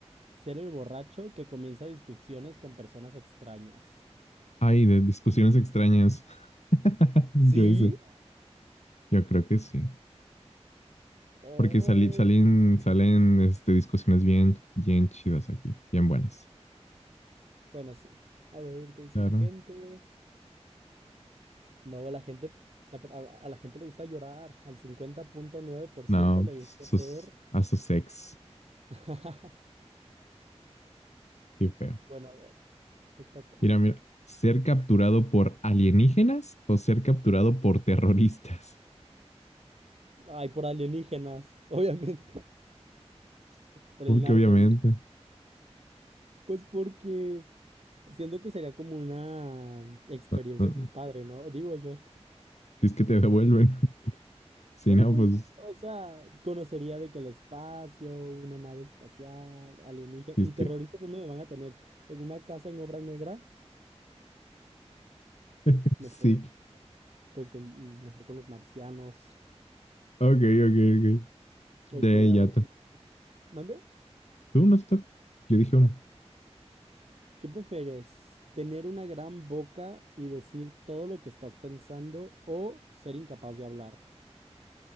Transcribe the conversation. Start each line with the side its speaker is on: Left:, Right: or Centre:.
Right: ser el borracho que comienza discusiones con personas extrañas?
Left: Ay, de discusiones extrañas. <laughs> Yo
Right: ¿Sí?
Left: ese. Yo creo que sí.
Right: Oh,
Left: Porque sali- salen, salen este, discusiones bien, bien chidas aquí, bien buenas.
Right: bueno, sí. A ver, ¿qué dice
Left: Claro.
Right: la gente? No, la gente, la- a, a la gente le gusta llorar. Al 50.9%
Left: No,
Right: le
Left: pues,
Right: gusta
Left: sus,
Right: ser...
Left: a sus ex.
Right: <laughs>
Left: Qué feo.
Right: Bueno, a ver, te toca.
Left: Mira, mira. ¿Ser capturado por alienígenas o ser capturado por terroristas?
Right: Ay, por alienígenas, obviamente, <laughs>
Left: <laughs>
Right: por
Left: Uy,
Right: el
Left: que
Right: narco,
Left: obviamente.
Right: dije. Pues porque siento que sería como una experiencia
Left: No, no.
Right: así padre, ¿no? Digo yo.
Left: Si es que te devuelven. <laughs> Si
Right: Pero
Left: no,
Right: pues,
Left: pues,
Right: o sea, conocería de que el espacio, una nave espacial, alienígena
Left: si
Right: y
Left: es
Right: terroristas,
Left: que.
Right: ¿dónde me van a tener? ¿En una casa en obra negra?
Left: <laughs>
Right: Mejor,
Left: Sí.
Right: pues con, mejor con los marcianos.
Left: Ok, ok, ok. De
Right: Ok, a
Left: yato.
Right: ver, ¿mande?
Left: ¿Tú no te toca? Yo dije una.
Right: ¿Qué prefieres? ¿Tener una gran boca y decir todo lo que estás pensando o ser incapaz de hablar?